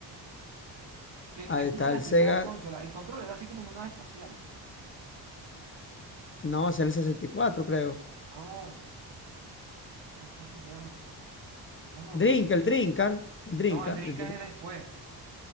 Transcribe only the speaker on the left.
Ahí
está
el
Sega.
No, es el 64, creo.
Drink, el Drinker, el Drinker,
el Drinker.